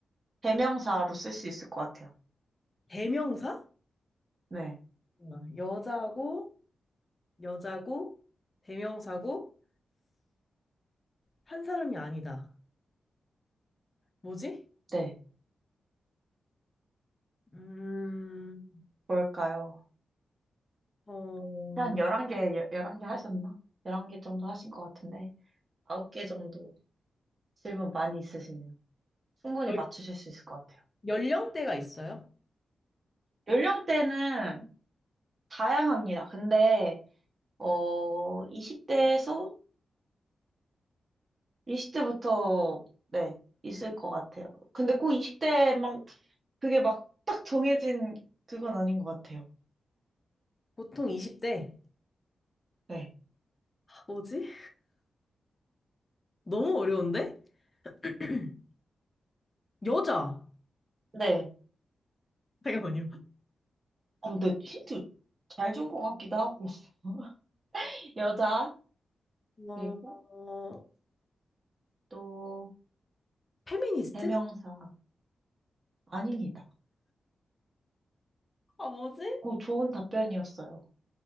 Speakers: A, on the right; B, on the left.
A: 대명사로 쓸 수 있을 것 같아요.
B: 대명사?
A: 네.
B: 어, 여자고, 여자고, 대명사고, 한 사람이 아니다. 뭐지?
A: 네.
B: 음,
A: 뭘까요?
B: 어,
A: 한 열한 개 11개 하셨나? 11개 정도 하신 것 같은데. 9개 정도 질문 많이 있으시네요. 충분히
B: 연-
A: 맞추실 수 있을 것 같아요.
B: 연령대가 있어요?
A: 연령대는 다양합니다. 근데, 어, 20대에서, 20대부터, 네, 있을 것 같아요. 근데 꼭 20대 막, 그게 막, 딱 정해진 그건 아닌 것 같아요.
B: 보통 20대.
A: 네.
B: 뭐지? 너무 어려운데? <clears throat> 여자.
A: 네.
B: 잠깐만요.
A: 어, 근데 힌트 잘 준 것 같기도 하고. <laughs> 여자,
B: 어,
A: 그리고
B: 어,
A: 또,
B: 페미니스트?
A: 대명사. 아닙니다.
B: 아, 뭐지?
A: 어, 좋은 답변이었어요.